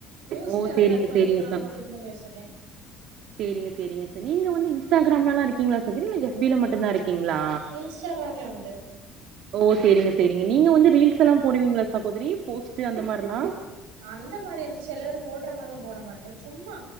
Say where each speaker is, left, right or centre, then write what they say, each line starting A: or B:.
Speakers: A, on the right (about 80°); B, on the right (about 60°).
A: நியூஸ்
B: ஓ
A: சேனல்
B: சேரிங்க
A: அதுக்காண்டி
B: சேரிங்க
A: நாஃ இது பண்ணி வச்சிருக்கே
B: செரிங்க செரிங்க செரி நீங்க வந்து இன்ஸ்டாகிராம்லலா இருக்கீங்களா ஸ் இல்ல எஃப்பில மட்டுந்தா இருக்கீங்ளா
A: இன்ஸ்டாகிராம்லயு உண்டு
B: ஓ சேரிங்க சேரிங்க நீங்க வந்து ரீல்ஸ் எல்லா போடுவீங்களா சகோதரி போஸ்ட் அந்த மாரி எல்லா
A: அந்த மாரி வந்து செல வேர் போட்ற மாரிலா போட மாட்டே சும்மா